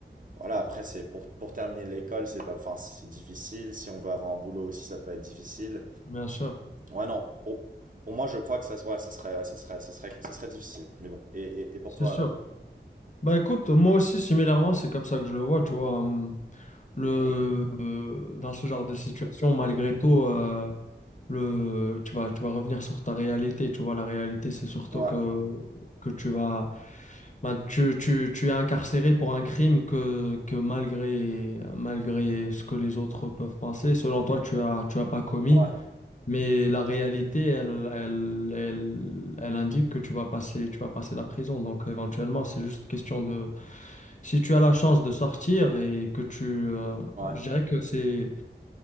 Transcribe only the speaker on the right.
Voilà, après, c'est pour, pour terminer l'école, c'est pas, enfin, c'est difficile. Si on veut avoir un boulot aussi, ça peut être difficile.
Ouais, non. Pour, pour moi, je crois que ça soit, ça serait, ouais, ça serait, ça serait, ça serait difficile. Mais bon. Et, et, et pour
toi
alors?
Mhm.
Ouais,
ouais,
ouais.